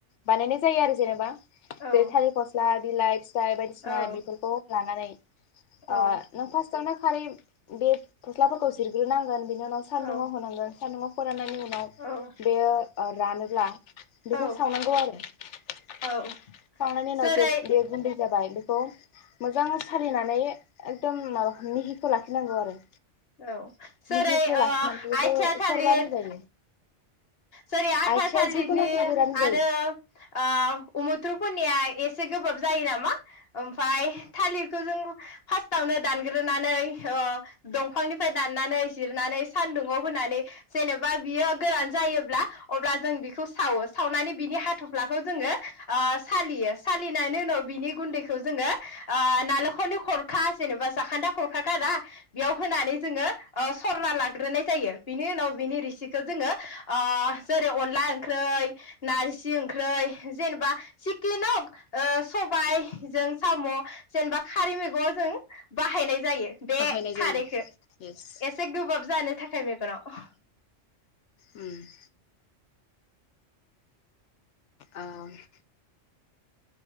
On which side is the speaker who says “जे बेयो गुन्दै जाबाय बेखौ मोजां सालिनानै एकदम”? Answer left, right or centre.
Left